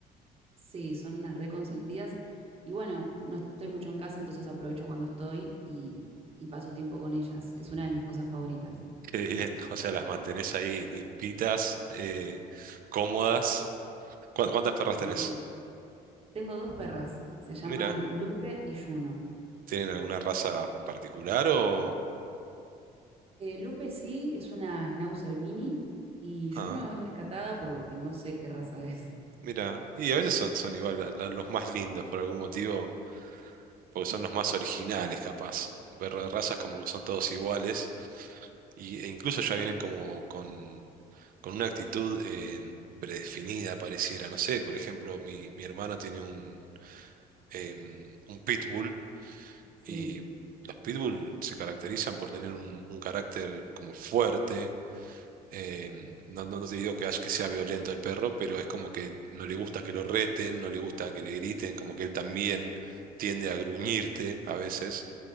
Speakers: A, on the right; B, on the right.
A: Sí, son unas reconsentidas. Y bueno, no estoy mucho en casa, entonces aprovecho cuando estoy y, y paso tiempo con ellas. Es una de mis cosas favoritas.
B: <laughs> Qué bien. O sea, las mantenés ahí limpitas, eh, cómodas. ¿Cu- ¿Cuántas perras tenés?
A: Sí. Tengo dos perras, se llaman
B: Mira,
A: Lupe y Juno.
B: ¿tienen alguna raza en particular o...?
A: Eh, Lupe sí es una Schnauzer mini y Juno
B: Ah,
A: es rescatada por lo que no sé qué raza es. <laughs>
B: mira. Y a veces son, son igual la- la- los más lindos por algún motivo, porque son los más originales, capaz. Un perro de razas como que son todos iguales. Y, e incluso ya vienen como con, con una actitud em, predefinida, pareciera. No sé, por ejemplo, mi, mi hermano tiene un, em, un pitbull
A: Sí.
B: y los pitbull se caracterizan por tener un, un carácter como fuerte. em, no, no, no te digo que, haya- que sea violento el perro, pero es como que no le gusta que lo reten, no le gusta que le griten, como que él también tiende a gruñirte a veces.